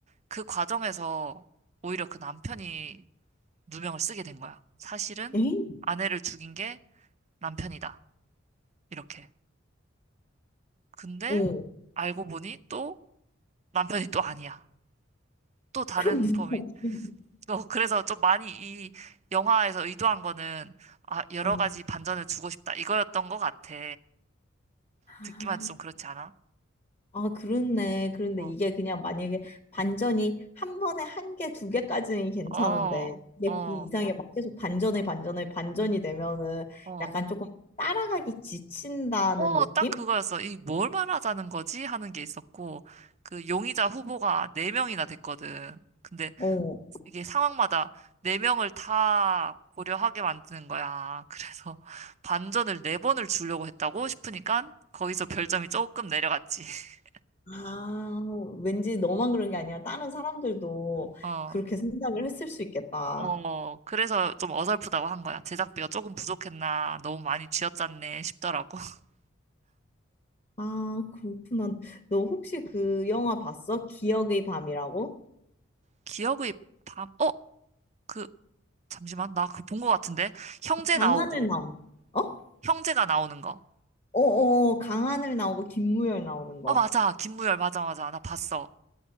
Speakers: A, on the right (about 35°); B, on the left (about 30°).
A: 그 과정에서 오히려 그 남편이 누명을 쓰게 된 거야. 사실은
B: 에잉?
A: 아내를 죽인 게 남편이다. 이렇게. 근데
B: 어.
A: 알고 보니 또 남편이 또 아니야. 또 다른
B: 그럼 누가
A: 범인
B: 죽인
A: 어, 그래서 좀 많이 이 영화에서 의도한 거는, 아, 여러
B: 거야? 어.
A: 가지 반전을 주고 싶다. 이거였던 것 같아.
B: 아,
A: 듣기만 해도 좀 그렇지 않아?
B: 아, 그렇네. 그런데
A: 어,
B: 이게 그냥 만약에 반전이 한 번에 한 개, 두 개까지는 괜찮은데,
A: 어,
B: 이게
A: 어,
B: 그 이상에 막 계속 반전을, 반전을, 반전이 되면은
A: 어.
B: 약간 조금 따라가기 지친다는
A: 어,
B: 느낌?
A: 딱 그거였어. 이 뭘 말하자는 거지? 하는 게 있었고, 그 용의자 후보가 네명이나 됐거든. 근데
B: 어.
A: 이게 상황마다 네명을다 고려하게 만드는 거야. 그래서 <laughs> 반전을 네번을 주려고 했다고 싶으니까 거기서 별점이 조금 내려갔지. <laughs>
B: 아, 왠지 너만 그런 게 아니라 다른 사람들도
A: 어.
B: 그렇게 생각을 했을 수 있겠다.
A: 어, 그래서 좀 어설프다고 한 거야. 제작비가 조금 부족했나, 너무 많이 쥐어짰네 싶더라고. <laughs>
B: 아, 그렇구나. 너 혹시 그 영화 봤어? 기억의 밤이라고?
A: 기억의 밤, 어, 그, 잠시만, 나 그 본 거 같은데? 형제
B: 강하늘
A: 나오고,
B: 나오는 거. 어?
A: 형제가 나오는 거.
B: 어어, 강하늘 나오고 김무열 나오는 거.
A: 어, 맞아. 김무열, 맞아, 맞아. 나 봤어.